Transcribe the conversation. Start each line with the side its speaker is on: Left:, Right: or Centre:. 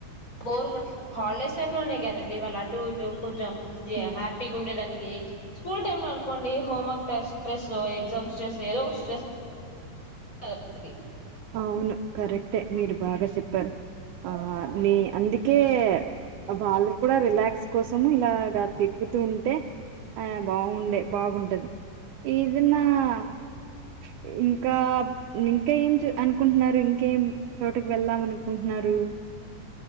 Left: బోర్ హాలిడేస్ టై లోనే కదండి వాళ్ళు అటు ఇటు కొంచెం ఏ
Right: ఉమ్
Left: హ్యాపీగా ఉండేదాంటకి స్కూల్ టైమ్ లో అనుకోండి హోమర్క్ స్ట్రెస్ ఎగ్జామ్ స్ట్రెస్ ఏదో ఒకటి స్ట్రెస్ <inaudible>
Right: అవును కరెక్టే మీరు బాగా చెప్పారు. ఆ మీ అందుకే వాళ్ళకూడా రిలాక్స్ కోసం ఇలాగా తిప్పుతూ ఉంటే ఆ బాగుండే బాగుంటది ఇదన్న ఇ ఇంకా ఇంకా ఏం చ్ అనుకుంటున్నారు ఇం ంకేం చోటకి వెళ్దాం అనుకుంటున్నారు